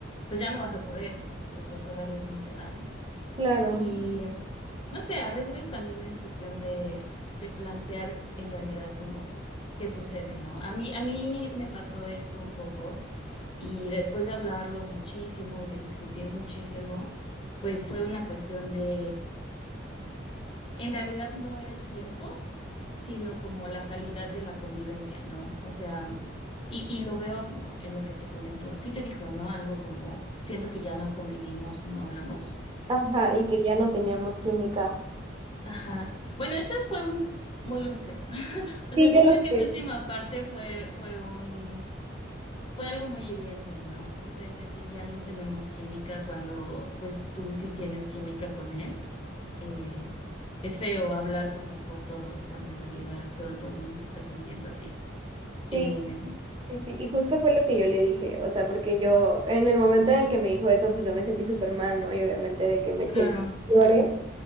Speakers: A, on the left; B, on the right.
A: pues ya no vas a poder, porque pues los horarios no se dan.
B: claro.
A: Y no sé, a veces también es cuestión de, de plantear en realidad como qué sucede, ¿no? A mí, a mí me pasó esto un poco y después de hablarlo muchísimo y de discutir muchísimo, pues fue una cuestión de... En realidad no era el tiempo, sino como la calidad de la convivencia, ¿no? O sea, y, y lo veo como en lo que te comentó. Sí te dijo, ¿no? Algo como, siento que ya no convivimos o no hablamos.
B: Ajá, y que ya no teníamos química.
A: Ajá. Bueno, eso es- fue un- muy grosero. <laughs> O
B: Sí,
A: sea, siento
B: yo lo
A: que
B: sé.
A: esa última parte fue, fue un, fue algo muy hiriente, ¿no? O sea, el decir ya no tenemos química cuando pues tú sí tienes química con él. eh, es feo hablar como por todos cuando en realidad solo uno se está sintiendo así. Eh,
B: Sí, sí, sí. Y justo fue lo que yo le dije, o sea, porque yo, en el momento en el que me dijo eso, pues yo me sentí súper mal, ¿no? Y obviamente de que me eché
A: claro.
B: lloré.